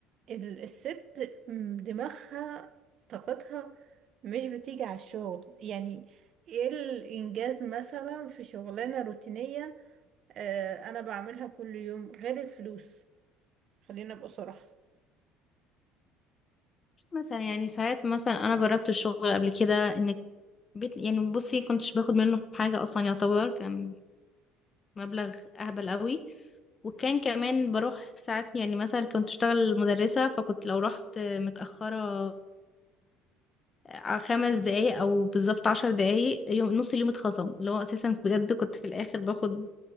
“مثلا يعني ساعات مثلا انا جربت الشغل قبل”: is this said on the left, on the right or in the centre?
Left